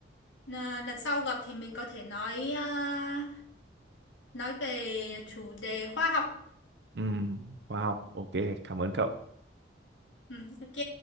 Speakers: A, on the left (about 80°); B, on the right (about 65°).
A: N- lần sau gặp thì mình có thể nói à, nói về chủ đề khoa học.
B: ừ khoa học ok cảm ơn cậu
A: Ừ, ok.